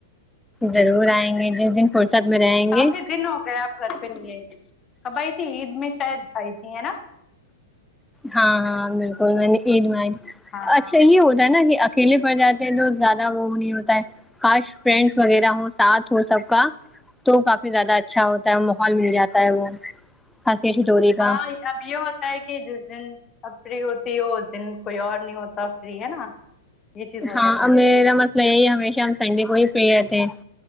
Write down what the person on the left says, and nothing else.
کافی دن ہو گئے آپ گھر کب آ ئی تھی عید میں شاید آئی تھی ہے نا
ہاں
ہاں
اب یہ ہوتا ہے کہ جس دن اب فری ہوتی ہو اس دن کوئی اور نہیں ہوتا فری ہے نا یہ چیز ہو
جاتی ہے